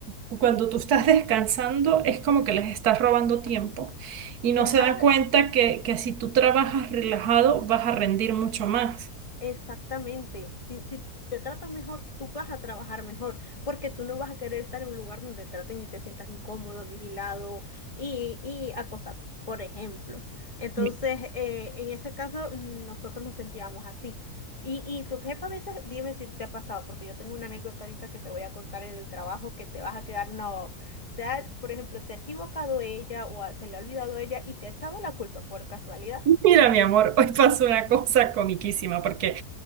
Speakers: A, on the right; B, on the left.
A: cuando tú estás <laughs> descansando, es como que les estás robando tiempo y no
B: Ajá,
A: se dan cuenta que, que si tú trabajas relajado vas a rendir mucho más.
B: Exactamente. Si, si te tratan mejor, tú vas a trabajar mejor, porque tú no vas a querer estar en un lugar donde te traten y te sientas incómodo, vigilado y, y acosado, por ejemplo. Entonces,
A: Mi-
B: eh, en ese caso, mm, nosotros nos sentíamos así. Y, y tu jefa a veces, dime si te ha pasado, porque yo tengo una anécdota ahorita que te voy a contar en el trabajo que te vas a quedar, no, te ha- por ejemplo, se ha equivocado ella o ha- se le ha olvidado ella y te ha echado la culpa por casualidad.
A: <laughs> Mira, mi amor, hoy pasó una cosa comiquísima porque